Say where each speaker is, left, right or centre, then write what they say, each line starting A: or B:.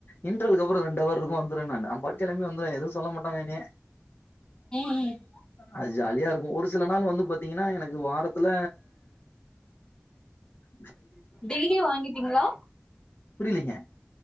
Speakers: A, on the left; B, on the left.
A: இன்டுரல்லு அப்புற ரெண்டு அவர் வந்து நா வந்துருவே படிக்கலேன்னு எதுவு சொல்ல மாட்டாங்க என்னையே
B: ம் ம்
A: அது ஜாலியா இருக்கு ஒரு சில நாள் வந்து பாத்தீங்கன்னா எனக்கு வாரத்துல அ
B: டெய்லி வாங்கிட்டிங்களா
A: புரியலங்க